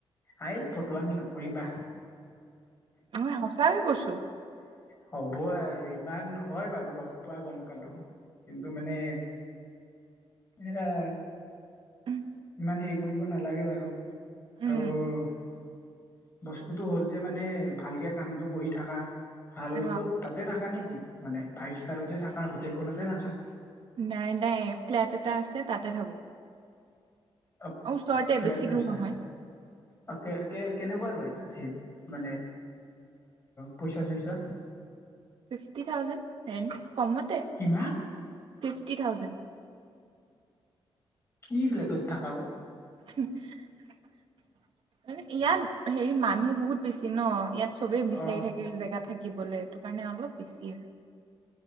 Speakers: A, on the left; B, on the right.
A: আয় ফটোৱামি নকৰিবা?
B: মই সঁচাকে কৈছো।
A: হ'ব আৰু ইমানহয় বাৰু লগ পোৱা গম। কালো কিন্তু মানে ইয়াৰ।
B: উম
A: ইমান হেৰি কৰিব নালাগে বাৰু
B: উম,
A: ত'। বস্তুতটো হ'ল যে মানে ভালকে কামটো কৰি থাকা। ভাল
B: অ
A: ক'ত তাতে থাকা নেকি মানে ফাইভ ষ্টাৰতে থাকা হোটেলখনতে থাকা।
B: নাই নাই ফ্লেট এটা আছে তাতে থাকো।
A: অ
B: ওচৰতে
A: ফ্লেট
B: বেছি
A: লৈছা
B: দূৰ নহয়
A: অ কে কে কেনেকুৱা লৈ। তাত সেই মানে পইচা চইচা
B: চিষ্টি থাউজেন ৰেন্ত কমতে
A: কিমান
B: ফিফটি থাউজেন।
A: কি ফ্লেটত থাকা।
B: ম ইয়াত হেৰি মানুহ বহুত বেছি ন ইয়াত। চবে বিচাৰি
A: অ
B: থাকে জেগা থাকিবলে এইটো কাৰণে অলপ বেছি আৰু।